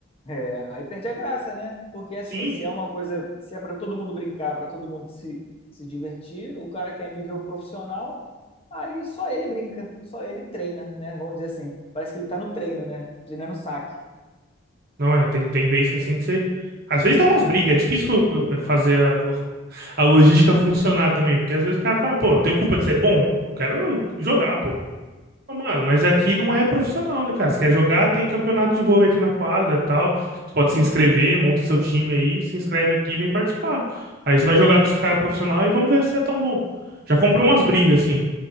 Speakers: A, on the left (about 30°); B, on the right (about 50°).
A: É, aí perde a graça, né? Porque assim,
B: Sim,
A: se
B: sim.
A: é uma coisa, se é para todo mundo brincar, para todo mundo se, se divertir, o cara que é nível profissional, aí só ele brinca, só ele treina, né? Vamos dizer assim, parece que ele tá no treino, né? Treinando saque.
B: Não é, tem, tem vezes que assim que você. Às vezes dá umas brigas, é difícil eh, fazer a, <laughs> a logística funcionar também, porque às vezes o cara fala, pô, eu tenho culpa de ser bom, eu quero jogar, pô. Não, Mano, mas aqui não é profissional, né, cara? Você quer jogar, tem campeonato de vôlei aqui na quadra e tal. Você pode se inscrever, monta seu time aí, se inscreve aqui e vem participar. Aí você vai jogar com os caras profissionais e vamos ver se é tão bom. Já comprei umas brigas, assim.